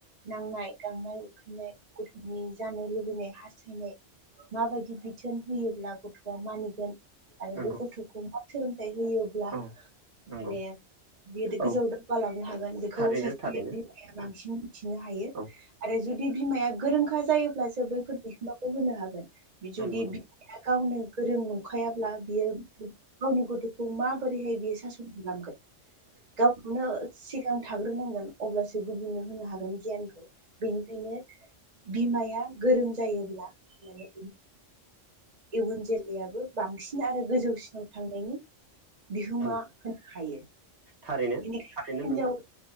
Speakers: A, on the right; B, on the right.
A: नांनाय गांनाय उखैनाय गथ'नि जानो लुबैनाय हास्थायनाय माबायदि बिथोन होयोब्ला गथ'आ मानिगोन आरो
B: नंगौ
A: बे गथ'खौ मा सोलोंथायाइ होयोब्ला
B: औ
A: माने
B: नंगौ
A: बि गोजौआव
B: औ
A: दावगालांनो हागोन बेखौ
B: थारैनो
A: सासे
B: थारैनो
A: लिरगिरि माया बांसिन
B: औ
A: मिथिनो हायो।
B: औ
A: आरो जुदि बिमाया गोरोंखा जायोब्लासो बैफोर बिहोमाखौ होनो हागोन जुदि
B: नंगौ नंगौ
A: बि गावनो गोरों नंखायाब्ला बियो गावनि गथ'खौ माबोरैहाय बियो स खालाम गावखौनो सिगां थाग्रोनांगोन अब्लासो गुबुननो होनो हागोन गियानखौ बेनिखायनो बिमाया गोरों जायोब्ला माने इयुन जोलैयाबो बांसिन आरो गोजौसिनाव थांनायनि बिहोमा
B: नंगौ
A: होनो हायो
B: थारैनो
A: बेनिखायनो
B: थारैनो
A: हिनजाव
B: नोंथां